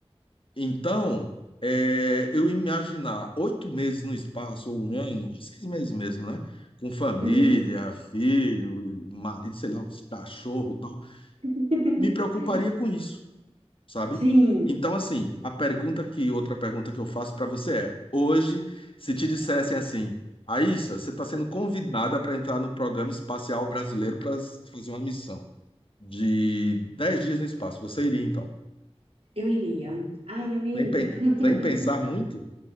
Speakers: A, on the left; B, on the right.
A: Então, é, eu imaginar oito meses no espaço, ou um ano, ou seis meses mesmo, né? Com família,
B: Uhum.
A: filho, marido, sei lá, os cachorro e tal,
B: <laughs>
A: me preocuparia com isso, sabe?
B: Sim,
A: Então, assim, a pergunta que, outra pergunta que eu faço para você é: hoje, se te dissessem assim, Aissa, você está sendo convidada para entrar no programa espacial brasileiro para fazer uma missão de 10 dias no espaço. Você iria, então?
B: eu iria. Ai, eu iria.
A: Sem, pen-
B: <laughs>
A: sem pensar muito?